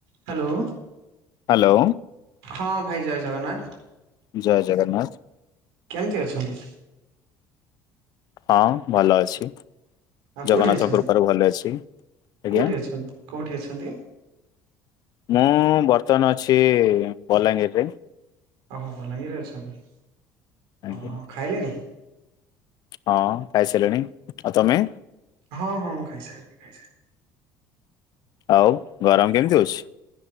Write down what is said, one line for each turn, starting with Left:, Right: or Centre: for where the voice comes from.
Right: Hello.
Left: Hello.
Right: ହଁ ଭାଇ ଜୟ ଜଗନ୍ନାଥ।
Left: ଜୟ ଜଗନ୍ନାଥ।
Right: କେମତି ଅଛନ୍ତି?
Left: ହଁ ଭଲ ଅଛି।
Right: ଆଉ କୋଉଠି
Left: ଜଗନ୍ନାଥଙ୍କ
Right: ଅଛନ୍ତି?
Left: କୃପାରୁ ଭଲ ଅଛି। ଆଜ୍ଞା।
Right: କୋଉଠି ଅଛନ୍ତି କୋଉଠି ଅଛନ୍ତି
Left: ମୁଁ ବର୍ତ୍ତମାନ ଅଛି ବଲାଙ୍ଗୀରରେ।
Right: ଓହୋ ବଲାଙ୍ଗୀରେ ଅଛନ୍ତି।
Left: ଆଜ୍ଞା
Right: ଓହୋ ଖାଇଲେଣି?
Left: ହଁ ଖାଇସାରିଲିଣି। ଆଉ ତମେ?
Right: ହଁ ହଁ ମୁଁ ଖାଇସାରିଲି ଖାଇସାରିଲି।
Left: ଆଉ ଗରମ କେମିତି ହଉଛି?